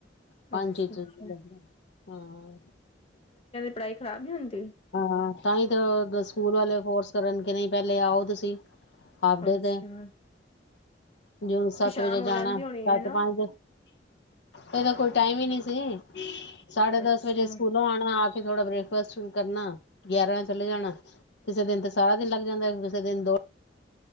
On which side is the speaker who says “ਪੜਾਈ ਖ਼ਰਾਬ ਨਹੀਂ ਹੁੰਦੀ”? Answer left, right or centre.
Left